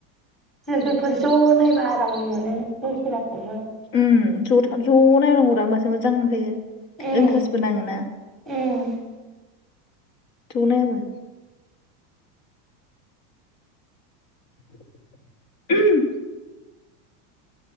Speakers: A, in the centre; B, on the left.
A: लोगोफोर ज' नायबा आराम मोनो <unintelligible> <unintelligible>
B: उम ज' थ' ज' नायनांगौरा होमबासो मोजां मोनखायो
A: उम
B: इन्टारेस्टबो नाङो ना
A: उम
B: थौ नायाबो <unintelligible>